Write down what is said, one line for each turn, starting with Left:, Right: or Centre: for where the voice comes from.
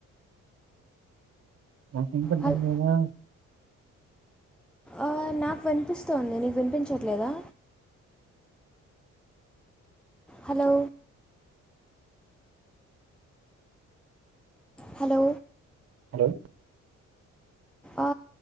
Right: మాకిన్పడ్డం
Centre: హల్
Right: లేదా
Centre: ఆ నాకు విన్పిస్తోంది నీకు విన్పించట్లేదా హలో హలో
Right: హలో
Centre: ఆ